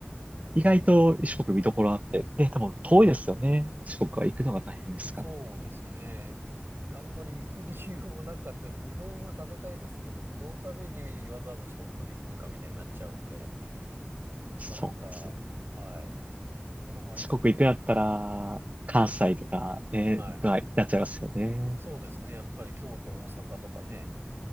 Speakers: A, on the right; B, on the right.
A: 意外と四国見どころあって、
B: そん、
A: で、多分遠いですよね。四国は行くのが大変ですから。
B: そうですね。あんまり行く理由もなかったで、うどんは食べたいですけど、うどん食べにわざわざ四国まで行くんかみたいになっちゃうんで、なかなか、
A: そうですよ。
B: はい。ただまあ、
A: 四国行くんだったら、
B: いずれ一回、
A: 関西とかね、
B: はい。
A: が、なっちゃいますよね。
B: そうですね。やっぱり京都、大阪とかね、